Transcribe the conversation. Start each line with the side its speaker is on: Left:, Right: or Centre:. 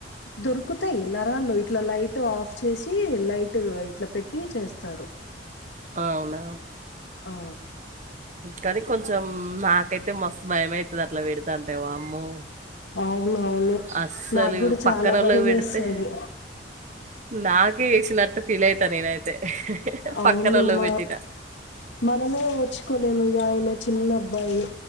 Left: దొరుకుతాయి నరాలు ఇట్లా లైట్ ఆఫ్ చేసి లైట్ ఇట్లా పెట్టి చేస్తారు
Right: అవునావు
Left: ఆ
Right: కాని కొంచెం నాకైతే మస్తు భయం అయితది అట్లా పెడుతంటే వామ్మో
Left: అవునవును
Right: అస్సలు
Left: నాకు కూడా చాలా
Right: పక్కనలోది
Left: భయం
Right: పెడితే
Left: వేస్తది
Right: నాకే ఎసినట్ ఫీల్ అయితా నేనైతే
Left: అవును
Right: పక్కన లో
Left: మా
Right: పెట్టినా
Left: మనమే ఓడ్చుకోలేము ఇగ ఆయన చిన్నాబ్బాయి